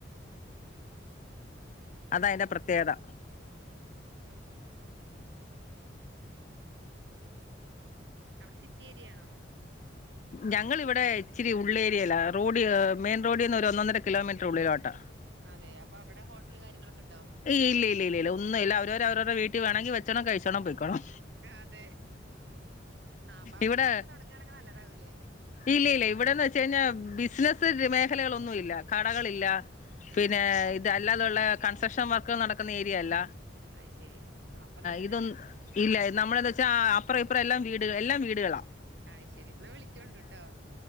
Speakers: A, on the left; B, on the right.
A: അതാ അയിന്റെ പ്രത്യേകത.
B: അവിടെ സിറ്റി ഏരിയയാണോ?
A: ഞങ്ങള് ഇവിടെ ഇച്ചിരി ഉള്ളേരിയല റോഡ് മെയിൻ റോഡിൽ നിന്ന് ഒരു ഒന്നൊന്നര കിലോമീറ്റർ ഉള്ളിലോട്ടാ.
B: അതെ അപ്പൊ അവിടെ ഹോട്ടല് കാര്യങ്ങളൊക്കെ ഇണ്ടോ?
A: ഈ ഇല്ലില്ലില്ലില്ലോ ഒന്നുംല്ല അവരവരെ <unintelligible> വീട്ടി വേണങ്കിൽ ഭക്ഷണം കഴിച്ചോണം പൊയിക്കോണം.
B: ആഹ് അതെ ആഹ് അപ്പൊ അവിടെ
A: ഇവിടെ
B: അങ്ങനെയൊക്കെ തൊടങ്ങുവാണെങ്കിൽ നല്ലതാവൂലേ?
A: ഇല്ല ഇല്ല ഇവിടെന്ന് വെച്ച് കഴിഞ്ഞാൽ ബിസിനസ് മേഖലകളൊന്നും ഇല്ല കടകളില്ല. പിന്നെ
B: ആഹ് അത് ശരി
A: ഇത് അല്ലാതുള്ള കൺസ്ട്രക്ഷൻ വർക്ക് നടക്കുന്ന ഏരിയ അല്ല.
B: അഹ്ശെരി ആഹ് അപ്പൊ നല്ലതല്ല.
A: ഇതൊന്നും ഇല്ല നമ്മള എന്താ വെച്ചാ അപ്പറ ഇപ്പറ എല്ലാം വീട് എല്ലാം വീടുകളാ.
B: അഹ്ശെരി ഇന്നാ വിളിക്കോണ്ട് ട്ടോ.